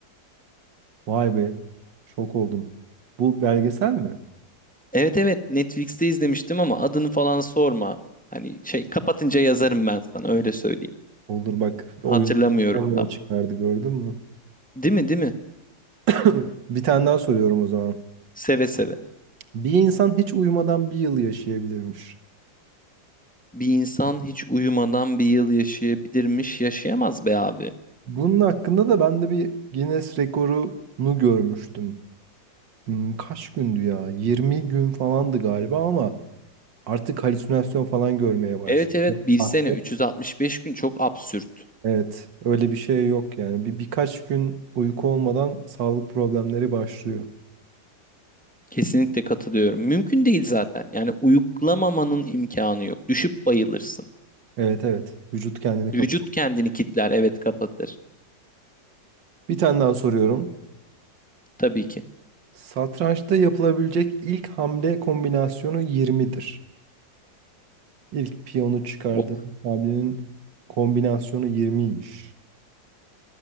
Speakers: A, on the right; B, in the centre.
A: Vay be. Şok oldum. Bu belgesel mi?
B: Evet evet Netflix'te izlemiştim ama adını falan sorma. Hani şey kapatınca yazarım ben sana öyle söyleyeyim.
A: Olur bak
B: Hatırlamıyorum
A: oyun nereye
B: tam.
A: çıkardı gördün mü?
B: Değil mi değil mi?
A: <clears throat> Bir tane daha soruyorum o zaman.
B: Seve seve.
A: Bir insan hiç uyumadan bir yıl yaşayabilirmiş.
B: Bir insan hiç uyumadan bir yıl yaşayabilirmiş, yaşayamaz be abi.
A: Bunun hakkında da ben de bir Guinness rekorunu görmüştüm. Hmm, kaç gündü ya? 20 gün falandı galiba ama artık halüsinasyon falan görmeye başlıyor
B: Evet evet bir
A: Ah,
B: sene 365 gün çok absürt.
A: Evet, öyle bir şey yok yani. Bir, birkaç gün uyku olmadan sağlık problemleri başlıyor.
B: Kesinlikle katılıyorum. Mümkün değil zaten. Yani uyuklamamanın imkanı yok. Düşüp bayılırsın.
A: Evet evet, vücut kendini
B: Vücut
A: kapatıyor.
B: kendini kitler, evet kapatır.
A: Bir tane daha soruyorum.
B: Tabii ki.
A: Satrançta yapılabilecek ilk hamle kombinasyonu 20'dir. İlk piyonu çıkardığım
B: O,
A: hamlenin kombinasyonu 20'ymiş.